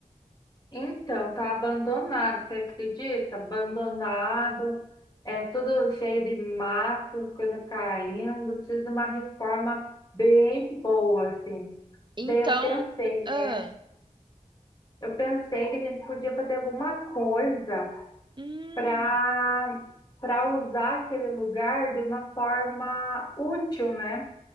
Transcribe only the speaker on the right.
Então,
ah,
hum.